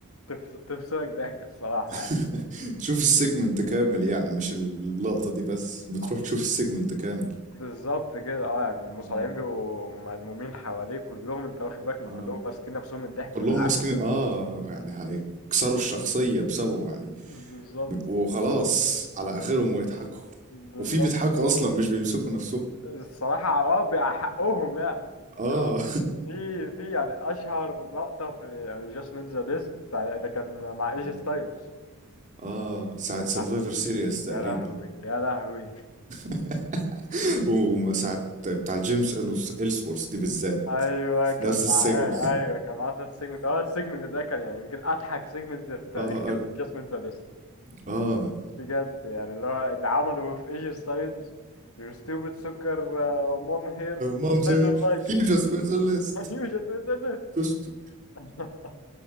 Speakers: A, on the left (about 80°); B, on the right (about 35°).
A: تفص- تفصلك ضحك الصراحة
B: <laughs> تشوف السيجمنت كامل يعني مش اللقطة دي بس بتروح
A: آه،
B: تشوف السيجمنت كامل
A: بالظبط كده اه يعني المصارعين
B: اه
A: بيبقوا ملمومين حواليه كلهم انت واخد بالك ان
B: آه.
A: كلهم ماسكين نفسهم من الضحك
B: كلهم
A: بالعافيه
B: ماسكين اه يعني هيكسروا الشخصية بسببه يعني
A: <laughs> بالظبط
B: بيبقوا خلاص على آخرهم ويضحكوا
A: بالظبط
B: وفي بيضحكوا أصلا مش بيمسكوا نفسهم
A: الصراحه اه بيبقى حقهم يعني
B: اه
A: يعني في في يعني اشهر لقطه في يعني جاست ميت ذا ليست ده كان مع ايجي
B: <laughs>
A: ستايلز
B: اه ساعة
A: يا
B: سرفايفر
A: لهوي
B: سيريس تقريبا
A: يا لهوي يا لهوي
B: <laughs> وساعة بتاع جيمس إلسورث دي بالذات
A: ايوه
B: في
A: كان
B: نفس السجن
A: معاه ايوه كان معاه في السيجمنت اه السيجمنت ده كان يعني يمكن اضحك سيجمنت في تاريخ
B: <laughs> اه أنا-
A: جاست ميت ذا ليست
B: اه
A: بجد يعني اللي هو اللي عمله في ايجي ستايلز your stupid سكر uh, mom hair
B: مامز
A: I don't like
B: you
A: it
B: just made the list
A: <laughs> you just finished
B: just
A: <laughs>